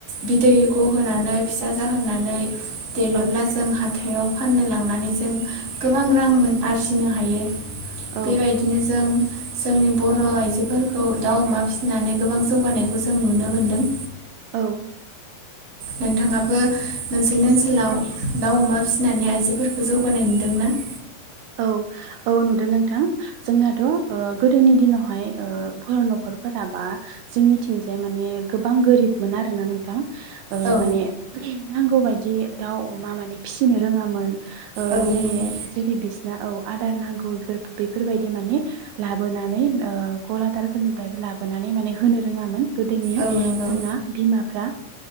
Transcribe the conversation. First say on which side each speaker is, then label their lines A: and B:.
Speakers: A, on the right; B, on the right.
A: बिदै गहोनानै फिसा जाहोनानै देरोब्ला
B: औ
A: जों हाथायाव फाननो लांनानै जों गोबां रां मोनो आरजिनो हायो
B: औ
A: बेबायदिनो जों जोंनि बर' आइजोफोरखौ दाउ अमा फिसिनानै गोबां जौगानायखौ जों नुनो मोनदों।
B: औ।
A: नोंथाङाबो नोंसोरनि ओनसोलाव दाउ अमा फिसिनानै आइजोफोरखौ जौगानाय नुदोंना? <inaudible>
B: औ औ नुदों नोंथां जोंनाथ' गोदोनि दिनावहाय बर' न'खर फोराबा जोंनि थिंजाय माने गोबां गोरिब मोन आरोना नोंथां
A: औ
B: माने नांगौ बायदि दाउ अमा माने फिसिनो रोङामोन।
A: औ
B: जेरै
A: नंगौ
B: जेरै बि औ आदार नांगौ बेफोरबायदि माने लाबोनानै गलादारफोरनिफ्रायबो लाबो नानै माने होनो रोङामोन गोदोनि
A: औ नंगौ
B: जोंना बिमाफ्रा।